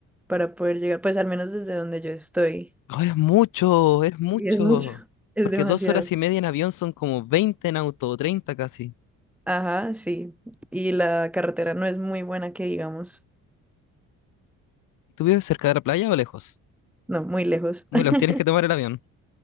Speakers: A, in the centre; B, on the left (about 80°).
A: para poder llegar, pues al menos desde donde yo estoy.
B: ¡Oh, es mucho, es mucho.
A: Y es mucho, <laughs> es
B: Porque
A: demasiado.
B: dos horas y media en avión son como 20 en auto, o treinta casi.
A: Ajá, sí. Y la carretera no es muy buena que digamos.
B: ¿Tú vives cerca de la playa o lejos?
A: No, muy lejos.
B: Muy
A: <laughs>
B: lejos, tienes que tomar el avión.